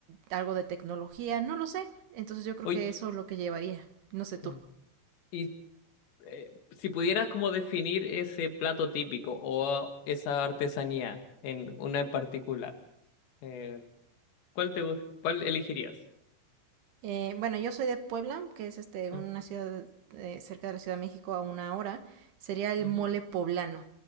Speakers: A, on the right; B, on the left.
A: algo de tecnología, no lo sé. Entonces yo creo
B: Oye,
A: que eso es lo que llevaría, no sé tú.
B: mm. y eh, si pudieras como definir ese plato típico o esa artesanía en una en particular, eh, ¿Cuál te gust- cuál elegirías?
A: Eh, bueno, yo soy de Puebla, que es este,
B: Mm,
A: una ciudad eh, cerca de la Ciudad de México a una hora. Sería el
B: ujú,
A: mole poblano